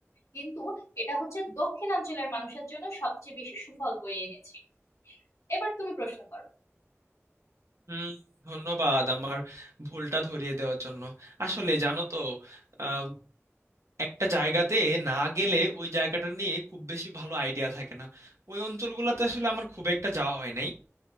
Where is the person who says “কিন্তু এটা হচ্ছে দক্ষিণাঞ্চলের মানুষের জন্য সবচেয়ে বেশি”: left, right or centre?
Left